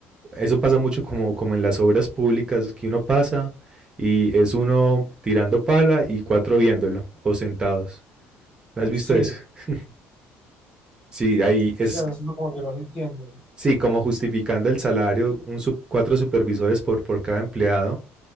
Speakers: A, on the right (about 20°); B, on the left (about 25°).
A: eso pasa mucho como, como en las obras públicas, que uno pasa y es uno tirando pala y cuatro viéndolo o sentados. ¿No has visto
B: sí,
A: eso? <laughs> Sí, ahí
B: o
A: es,
B: sea, es lo como que no se entiende,
A: sí, como justificando el salario, un sup- cuatro supervisores por, por cada empleado,